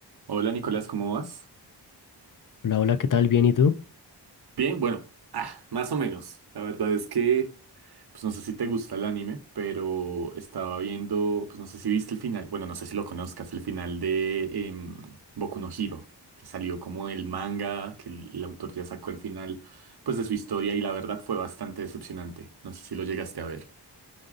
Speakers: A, on the right; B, on the left.
A: Hola Nicolás, ¿cómo vas?
B: Hola, hola, ¿qué tal? ¿Bien y tú?
A: Bien, bueno, ah, más o menos. La verdad es que, pues no sé si te gusta el anime, pero estaba viendo, pues no sé si viste el final, bueno, no sé si lo conozcas, el final de em, Boku no Hero, que salió como el manga, que el, el autor ya sacó el final, pues de su historia y la verdad fue bastante decepcionante. No sé si lo llegaste a ver.